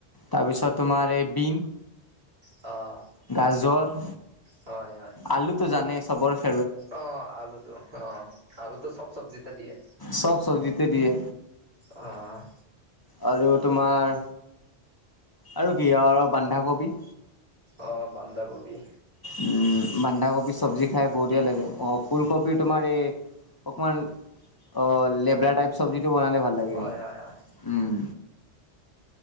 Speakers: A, on the left (about 30°); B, on the right (about 65°).
A: তাৰপিছত তোমাৰ এই বিন
B: অ'।
A: গাজৰ
B: হয় হয়।
A: আলুটো জানাই, চবৰ ফেভ
B: অ', আলুটো অ', আলুটো চব চব্জিতে দিয়ে।
A: চব চব্জিতে দিয়ে।
B: অ'
A: আৰু তোমাৰ, আৰু কি আৰু বন্ধাকবি
B: অ', বন্ধাকবি।
A: উম, বন্ধাকবি চব্জি খাই বঢ়িয়া লাগে, অ' ফুলকবিত তোমাৰ এই অকণমান, অ' লেবৰা টাইপ চব্জিটো বনালে ভাল লাগে
B: হয়
A: মোৰ।
B: হয় হয়
A: উম।